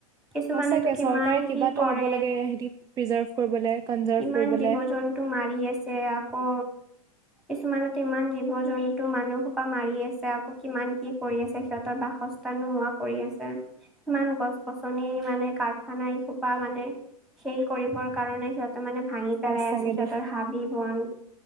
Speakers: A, in the centre; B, on the right.
A: কিছুমানেতো
B: সঁচাকে
A: কিমান
B: চৰকাৰে কিবা
A: কি
B: এটা
A: কৰে,
B: ল'ব লাগে সিহঁতি প্ৰিজাৰ্ভ কৰিবলে কনজাৰ্ভ
A: কিমান
B: কৰিবলে
A: জীৱ-জন্তু মাৰি আছে, আকৌ কিছুমানেটো ইমান জীৱ জীৱ-জন্তু, মানুহসোপা মাৰি আছে, আকৌ কিমান কি কৰি আছে, সিহঁতৰ বাসস্থান নোহোৱা কৰি আছে। ইমান গছ-গছনি মানে, কাৰখানা এই খোপা মানে সেই কৰিবৰ কাৰণে সিহঁত মানে ভাঙি
B: সঁচাকে
A: পেলাই আছে সিহঁতৰ
B: দেই
A: হাবি-বন,